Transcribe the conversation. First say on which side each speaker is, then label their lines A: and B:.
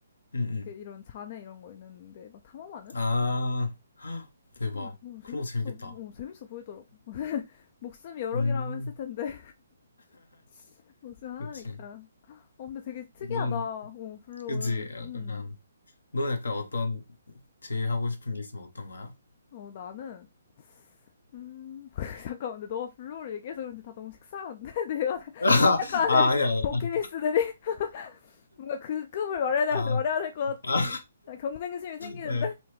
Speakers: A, on the left; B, on the left.
A: 응,
B: 이렇게
A: 응.
B: 이런 잔해 이런 거 있는데 막 탐험하는?
A: 아, <gasps> 대박.
B: 어, 너무 재밌어,
A: 그런 거 재밌겠다.
B: 어, 재밌어 보이더라고. 목숨이 여러
A: 음,
B: 개라면 했을 텐데 <laughs> 목숨 하나니까.
A: 그치.
B: 어 근데 되게 특이하다.
A: 넌,
B: 어 블루홀.
A: 그치.
B: 음.
A: 약간, 넌 약간 어떤, 제일 하고 싶은 게 있으면 어떤 거야?
B: 어 나는 음 <laughs> 잠깐만 근데 너가 블루홀 얘기해서 그런지 다 너무 식상한데 <laughs> 내가 <laughs>
A: <laughs>
B: 생각하는
A: 아, 아니야. 아니야.
B: 버킷리스트들이 <laughs> 뭔가 그 급을 말해야
A: 아,
B: 될, 말해야 될 것 같은
A: 아,
B: 경쟁심이 생기는데
A: 네.